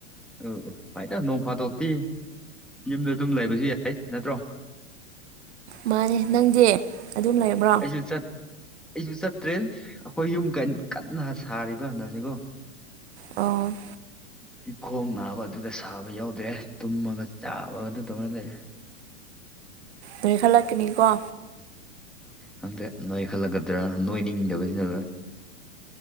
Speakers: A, in the centre; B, on the right.
A: ꯎꯝ ꯎ ꯐꯥꯏꯗ ꯅꯣꯡ ꯐꯥꯠꯇꯣꯛꯇꯤ ꯌꯨꯝꯗ ꯑꯗꯨꯝ ꯂꯩꯕꯁꯨ ꯌꯥꯏ ꯅꯠꯇ꯭ꯔꯣ
B: ꯃꯥꯅꯦ ꯅꯪꯗꯤ ꯑꯗꯨꯝ ꯂꯩꯔꯕ꯭ꯔꯣ
A: <unintelligible> ꯑꯩꯁꯨ ꯆꯠꯇ꯭ꯔꯦ ꯑꯩꯈꯣꯏ ꯌꯨꯝ ꯀꯟ ꯀꯟꯅ ꯁꯥꯔꯤꯕ ꯍꯟꯗꯛꯁꯦꯒꯣ
B: ꯑꯣ
A: ꯏꯈꯣꯡ ꯅꯥꯕ ꯑꯗꯨꯗ ꯁꯥꯕ ꯌꯥꯎꯗ꯭ꯔꯦ ꯇꯨꯝꯃꯒ ꯆꯥꯕꯒ ꯑꯗꯨ ꯇꯧꯔ ꯂꯩꯔꯦ
B: ꯅꯣꯏꯈꯜꯂꯛꯀꯅꯤꯀꯣ
A: ꯍꯪꯗꯦ ꯅꯣꯏ ꯈꯜꯂꯛꯒꯗ꯭ꯔꯥ ꯅꯣꯏꯅꯤꯡꯗꯕꯁꯤꯅ